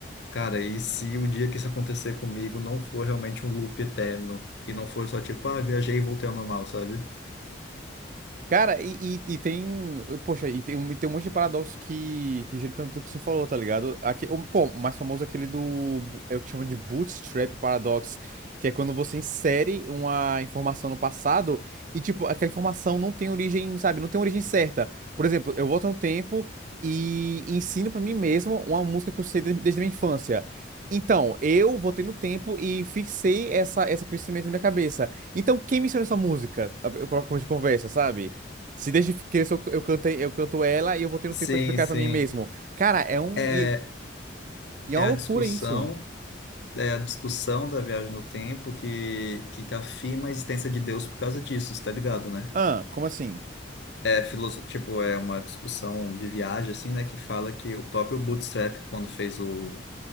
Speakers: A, on the left; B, on the right.
A: Cara, e se o dia que isso acontecer comigo não for realmente um loop eterno e não for só tipo, ah, viajei e voltei ao normal, sabe?
B: Cara, e, e, e tem. Poxa, e tem, um- tem um monte de paradoxo que, que gira em torno do que você falou, tá ligado? Aqui, o- pô, o mais famoso é aquele do. É o que chama de Bootstrap Paradox, que é quando você insere uma informação no passado e, tipo, aquela informação não tem origem, sabe? Não tem origem certa. Por exemplo, eu volto no tempo e ensino pra mim mesmo uma música que eu sei de- desde a minha infância. Então, eu voltei no tempo e fixei essa, esse conhecimento na minha cabeça. Então, quem me ensinou essa música? Eu coloco de conversa, sabe? Se desde criança eu, eu cantei, eu canto ela e eu vou tendo
A: Sim,
B: tempo pra explicar
A: sim.
B: pra mim mesmo. Cara, é um.
A: É,
B: E, e é
A: é
B: uma
A: a
B: loucura
A: discussão,
B: isso.
A: é a discussão da viagem no tempo que, que afirma a existência de Deus por causa disso, tá ligado, né?
B: Ah, como assim?
A: É filoso... tipo, é uma discussão de viagem, assim, né, que fala que o próprio Bootstrap, quando fez o...